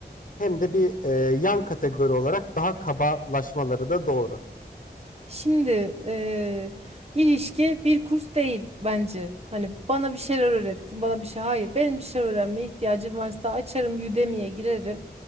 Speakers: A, on the left; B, on the right.
A: hem de bir e, yan kategori olarak daha kabalaşmaları da doğru.
B: Şimdi eee, ilişki bir kurs değil bence. Hani bana bir şeyler öğretsin, bana bir şey. Hayır, benim bir şeyler öğrenmeye ihtiyacım varsa açarım Udemy'ye girerim.